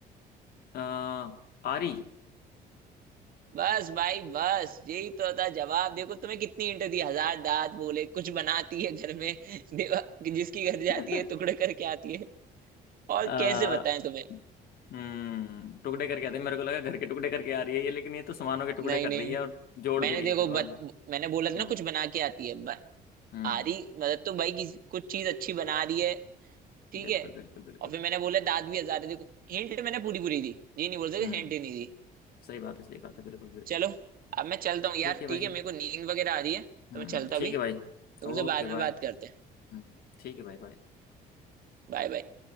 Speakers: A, on the left; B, on the right.
A: आ, आरी
B: बस भाई बस यही तो था जवाब देखो तुम्हें कितनी इंटर दी हजार दांत बोले कुछ बनाती है घर में <laughs> देवा जिसकी घर जाती
A: <laughs>
B: है टुकड़े करके आती है और
A: आ,
B: कैसे बताएं तुम्हें
A: हम्म टुकड़े करके आते हैं। मेरे को लगा घर के टुकड़े करके आ रही है ये लेकिन ये तो सामानों के टुकड़े
B: नहीं
A: कर
B: नहीं
A: रही है और जोड़
B: मैंने
A: भी रही
B: देखो
A: है फिर मतलब
B: बत, मैंने बोला था
A: हम्म
B: ना कुछ बना के आती है ब,
A: हम्म
B: आ रही मतलब तो भाई किसी- कुछ चीज अच्छी बना रही है ठीक
A: बिल्कुल
B: है
A: बिल्कुल बिल्कुल
B: और फिर मैंने बोला दांत भी हजार है देखो हिंट मैंने पूरी पूरी दी ये नहीं बोल सकते
A: हम्म
B: हिंट ही नहीं दी
A: सही बात है सही बात है बिल्कुल बिल्कुल
B: चलो अब मैं चलता हूँ यार
A: ठीक है भाई
B: ठीक है मेरे को नींद वगैरह आ रही है तो
A: हम्म
B: मैं चलता
A: ठीक
B: भी
A: है भाई
B: तुमसे
A: Okay
B: बाद में
A: bye
B: बात करते हैं
A: हम्म ठीक है भाई बाय
B: Bye bye